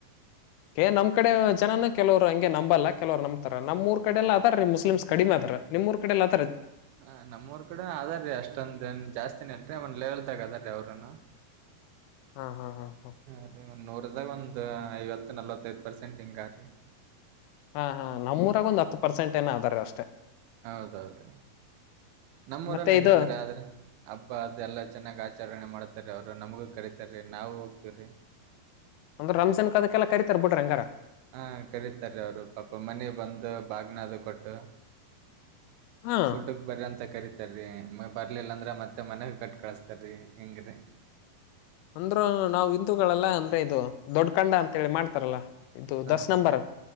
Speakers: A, on the left (about 85°); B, on the right (about 85°).
A: ಏ ನಮ್ಮ ಕಡೆ ಜನ ಕೆಲವರು ಹಂಗೆ ನಂಬಲ್ಲ ಕೆಲವ್ ನಂಬ್ತಾರ ನಮ್ಮೂರ್ ಕಡೆ ಎಲ್ಲ ಅದಾರ ರೀ ಮುಸ್ಲಿಮ್ಸ್ ಕಡಿಮೆ ಆದಾರ ನಿಮ್ಮ ಊರಕಡೆಎಲ್ಲಾ
B: ಹ ನಮೂರ್ ಕಡೆ ಅದಾರೀ ಅಷ್ಟೊಂದನ್ ಜಾಸ್ತಿನ ಇಲ್ರಿ <unintelligible> ರೀ ಅವ್ರನು
A: ಹಾ ಹಾ ಹಾ
B: ಹ ಒಂದ್ ನೂರ್ <unintelligible> ಐವತ್ತು ನಲ್ವತ್ತೈಐದು ಪರ್ಸೆಂಟ್ ಹಿಂಗಾರಿ
A: ಹಾ ಹಾ ನಮ್ಮೂರಾಗ ಒಂದು ಹತ್ತು ಪರ್ಸೆಂಟ್ ಏನ ಅದ್ದಾರೀ ಅಷ್ಟ.
B: ಹೌದೌದು ನಮ್ಮೂರ
A: ಮತ್ತೆ
B: ನಡತದ್ರಿ
A: ಇದು
B: ಆದ್ರ ಹಬ್ಬ ಅದೆ ಎಲ್ಲ ಚೆನ್ನಾಗ್ ಆಚರಣೆ ಮಾಡ್ತಾರೆ ಅವರು ನಮಗೂ ಕರತಾರೀ ನಾವೂ ಹೋಗ್ತಿವ್ರಿ
A: ಅಂದ್ರೆ ರಂಜನ್ ಕದಕ್ಕೆಲ್ಲ ಕರಿತಾರ್ ಬಿಡರೀ ಹಂಗಾರ
B: ಹಾ ಕರತಾರೆ ಅವ್ರು ಪಾಪ ಮನೆ ಬಂದ ಭಾಗ್ನದು ಕೊಟ್ಟು
A: ಹಾ
B: ಊಟಕ್ ಬರಂತ ಕರಿತ ಬರ್ಲಿಲ್ಲ ಅಂದ್ರ ಮತ್ತೆ ಮನೆಗ್ ಕೊಟ್ ಕಳಸ್ತಾರೀ ಹಿಂಗ್ರೀ
A: ಅಂದ್ರರು ನಾವು ಹಿಂದೂಗಳೆಲ್ಲ ಅಂದ್ರೆ ಇದು ದೊಡ್ಡ ಕಂಡ ಅಂತೇಳಿ ಮಾಡ್ತಾರಲ್ಲ. ಇದು
B: ಹಾ
A: ದಸ್
B: ಹಾ
A: ನಂಬರ್